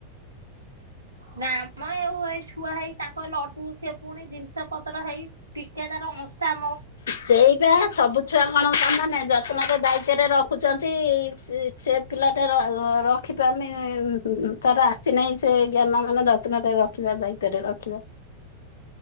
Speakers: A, on the right; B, on the left.
A: ନା ଆମ ଆଉ ଏଇ ଛୁଆ ହେଇ ତାଙ୍କ ଲଡୁ ସେ ପୁଣି ଜିନିଷ ପତ୍ର ହେଇ ଟିକେ ତାର ଅଂସା
B: ସେଇଟା ସବୁ ଛୁଆ କଣ
A: ବହି
B: ସମାନେ ଯତ୍ନରେ
A: ହଁ
B: ଦାୟିତ୍ୱରେ ର ରଖୁଛନ୍ତି ସେ - ସେ ପିଲାଟା ରଖିପାରୁନି ତାର ଆସିନାହିଁ ସେ ଜ୍ଞାନ ମାନେ ଯତ୍ନରେ ରଖିବା ଦାୟିତ୍ଵରେ ରଖିବା।